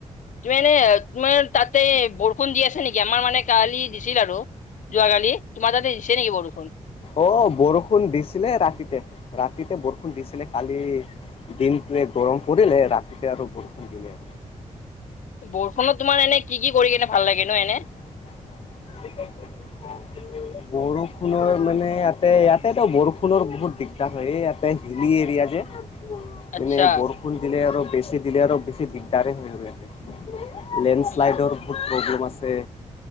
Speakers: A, on the left; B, on the left.
A: তুমি এনে তোমাৰ তাতে বৰষুণ দি আছে নেকি? আমাৰ মানে কালি দিছিল আৰু যোৱাকালি, তোমাৰ তাতে দিছে নেকি বৰষুণ?
B: অ বৰষুণ দিছিলে ৰাতিতে, ৰাতিতে বৰষুণ দিছিলে কালি দিনটোৱে গৰম পৰিলে, ৰাতিতে আৰু বৰষুণ দিলে।
A: বৰষুণত তোমাৰ এনেই কি কি কৰি কেনে ভাল লাগে ন এনেই।
B: <inaudible> বৰষুণৰ মানে ইয়াতে ইয়াতেতো বৰষুণৰ বহুত দিগদাৰ হয়, এই ইয়াতে হিলি এৰিয়া যে।
A: আচ্ছা
B: মানে বৰষুণ দিলে আৰু বেছি দিলে আৰু বেছি দিগদাৰে হয় আৰু ইয়াতে। লেণ্ড
A: অ
B: শ্লাইডৰ বহুত প্ৰব্লেম আছে।